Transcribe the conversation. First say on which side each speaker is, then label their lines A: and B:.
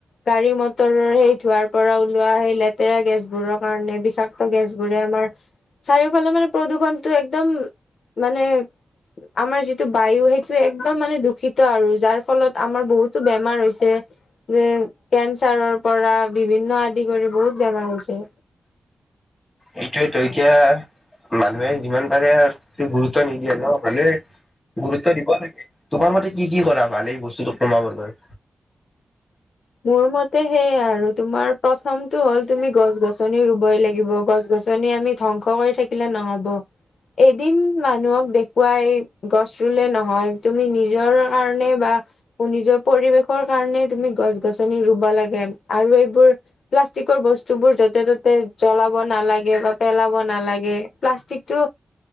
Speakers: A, on the left; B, on the left.
A: গাড়ী মটৰৰ সেই ধুৱাৰ পৰা ওলোৱা সেই লেতেৰা গেছবোৰৰ কাৰণে বিষাক্ত গেছবোৰে আমাৰ চাৰিওফালে মানে প্ৰদূষণটো একদম মানে আমাৰ যিটো বায়ু সেইটো একদম মানে দূষিত আৰু যাৰ ফলত আমাৰ বহুতো বেমাৰ হৈছে যে কেঞ্চাৰৰ পৰা বিভিন্ন আদি কৰি বহুত বেমাৰ হৈছে
B: এইটোতো এতিয়া মানুহে যিমান পাৰে গুৰুত্ব নিদিয়ে ন মানুহে গুৰুত্ব দিব লাগে তোমাৰ মতে কি কি কৰা ভাল এই বস্তুটো কমাবলৈ
A: মোৰ মতে সেইয়াই আৰু তোমাৰ প্ৰথমতটো হ'ল তুমি গছ গছনি ৰুবই লাগিব গছ গছনি আমি ধ্বংস কৰি থাকিলে নহব এদিন মানুহক দেখুৱাই গছ ৰুলে নহয় তুমি নিজৰ কাৰণে বা নিজৰ পৰিৱেশৰ কাৰনে তুমি গছ গছনি ৰুব লাগে আৰু এইবোৰ প্লাষ্টিকৰ বস্তু বোৰ য'তে ত'তে জ্বলাব নালাগে বা পেলাব নালাগে প্লাষ্টিকতটো